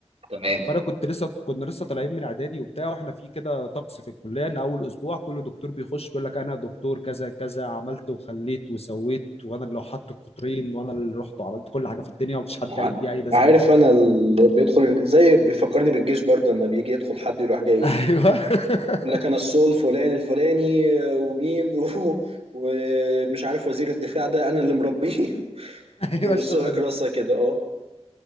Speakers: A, on the right; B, on the left.
A: تمام
B: فانا كنت لسه كنا لسه طالعين من اعدادي وبتاع واحنا في كده طقس في الكليه ان اول اسبوع كل دكتور بيخش بيقول لك انا دكتور كذا كذا عملت وخليت وسويت وانا اللي حط القطرين وانا اللي رحت وعملت كل حاجه في الدنيا ومفيش حد
A: ع-
B: ليه اي لازمه
A: عارف
B: غيري
A: انا اللي بيدخل زي بيفكرني بالجيش برضه لما بيجي يدخل حد يروح جاي
B: <laughs> ايوه <laughs>
A: يقول لك انا السول الفلاني الفلاني آه، ومين <laughs> و- ومش عارف وزير الدفاع ده انا اللي مربيه <laughs>
B: ايوه
A: ويرص
B: الشغله
A: لك
B: دي
A: راسه كده اه